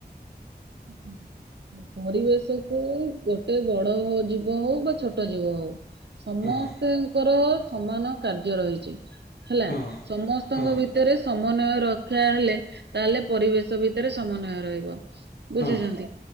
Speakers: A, on the right; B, on the left.
A: ହଁ ପରିବେଶ କୁ ଗୋଟେ ବଡଅଁ ଜୀବ ହଉ ବା ଛୋଟ ଜୀବ ହଉ ସମସ୍ତେଙ୍କର
B: ହଁ
A: ସମାନ କାର୍ଯ୍ୟ ରହିଛି ହେଲା
B: ହଁ
A: ସମସ୍ତଙ୍କ
B: ହଁ
A: ଭିତରେସଁ ସମନ୍ୱୟ ରଖ୍ୟା ହେଲେ ତାହେଲେ ପରିବେଶ ଭିତରେ ସମନ୍ୱୟ ରହିବ ବୁଝୁଛନ୍ତି
B: ହଁ